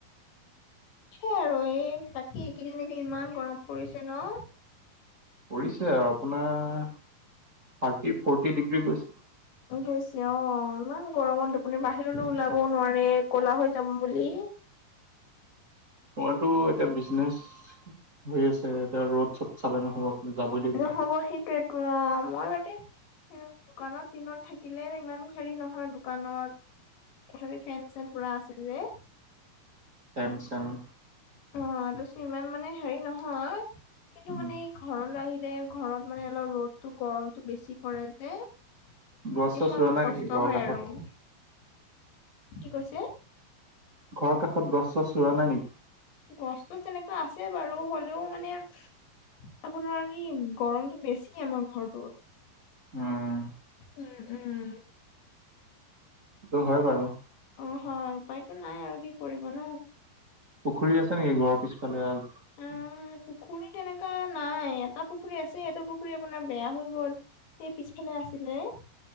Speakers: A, on the left; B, on the right.
A: সেই আৰু এই বাকী এইকেইদিন একে ইমান গৰম পৰিছে ন? <inaudible>
B: পৰিছে আৰু আপোনাৰ থাৰ্টি ফৰ্টি ডিগ্ৰী গৈছে। <inaudible>
A: গৈছে অ‍ঁ ইমান গৰমত আপুনি বাহিৰলৈ ওলাবও নোৱাৰে, ক'লা হৈ যাম বুলি। <inaudible>
B: মোৰটো এতিয়া বিজনেছ হৈ আছে। এতিয়া ৰ'দ-চড চালে নহ'ব। <unintelligible> লাগিব
A: নহ'ব
B: বাহিৰত
A: সেইটোৱেইতো অঁ মই মানে <unintelligible> <inaudible> দোকানত দিনত থাকিলে ইমান হেৰি নহয় দোকানত। হেৰি ফেন-চেন পুৰা আছে যে। <unintelligible>
B: ফেন-চেন। <inaudible>
A: অঁ! তাৰপিছত ইমান মানে হেৰি নহয় কিন্তু
B: উম,
A: মানে এই ঘৰলৈ আহিলে। <inaudible> ঘৰত মানে অলপ ৰ'দতো গৰমটো বেছি পৰে যে <unintelligible>
B: গছ
A: তেতিয়াহে
B: চছ ৰোৱা
A: অলপ
B: নাই
A: কষ্ট
B: নেকি ঘৰৰ
A: হয়
B: কাষত
A: আৰু। কি কৈছে? <inaudible>
B: ঘৰৰ কাষত গছ-চছ ৰোৱা নাই নেকি? <inaudible>
A: গছতো তেনেকৈ আছে বাৰু হ'লেও মানে <inaudible> আপোনাৰ এই গৰমটো বেছি আমাৰ ঘৰটোত। <unintelligible>
B: উম! <inaudible>
A: উম-উম <inaudible>
B: সেইটো হয় বাৰু। <inaudible>
A: অঁ হয় উপায়তো নাই আৰু কি কৰিব ন। <inaudible>
B: পুখুৰী আছে নেকি ঘৰৰ পিছফালে?
A: আহ,
B: <unintelligible>
A: পুখুৰী তেনেকা নাই। এটা পুখুৰী আছে এইটো পুখুৰী আপোনাৰ বেয়া হৈ গ'ল। <unintelligible> এই পিছফালে আছিলে। <inaudible>